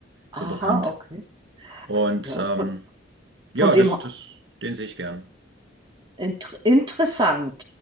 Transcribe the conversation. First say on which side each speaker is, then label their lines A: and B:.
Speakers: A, on the right (about 65°); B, on the right (about 25°).
A: so
B: Aha,
A: bekannt.
B: okay.
A: Und
B: Ja,
A: ähm,
B: von,
A: ja,
B: von dem
A: das,
B: her-
A: das, den sehe ich gern.
B: inter interessant.